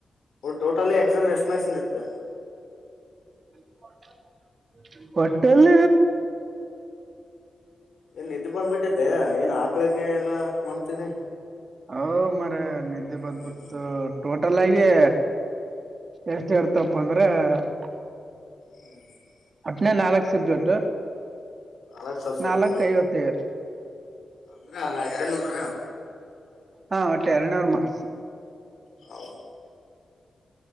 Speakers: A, on the left; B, on the right.
A: ಊ ಟಲ್ ಎಕ್ಸಾಮ್ ವಸ್ ಮಾಡ್ಸಿದದ್ದ
B: ಕೊ ಹಟ್ಟೆಲ್
A: ಏನ್ ನಿದ್ದ್ ಬಂದ್ಬಿಟ್ಟಿದ್ದೆ ಏನ್ ಹಾಕ್ಳಕ್ಕೆ ಎಲ್ಲಾ ಮಾಡ್ತಿದ್ದಿ
B: ಹೌ ಮರ ನಿಧಿ ಬಬಟ್
A: ಹ್ಮ್
B: ೋಟಲ್ ಆಯ ಗೆ ಎಷ್ಟ ಹಳ್ತಪ್ಪ ಅಂದ್ರೆ <unintelligible>
A: ಹ್ಮ್ <unintelligible>
B: ಅಟ್ನೇ ನಾಲ್ಕ್ ಸಬ್ಜೆಕ್ಟ್
A: ನಾಲ್ಕ್ ಸಬ್ಜೆಕ್ಟ್
B: ನಾಲ್ಕ್ ಐವತ್ತೈದು
A: ಅಂದ್ರ ಎರಡ್ ನೂರ
B: ಹಾ ಒಟ್ಟೆ ಎರಡುನೂರು ಮಾಾರ್ಸ್
A: ಹ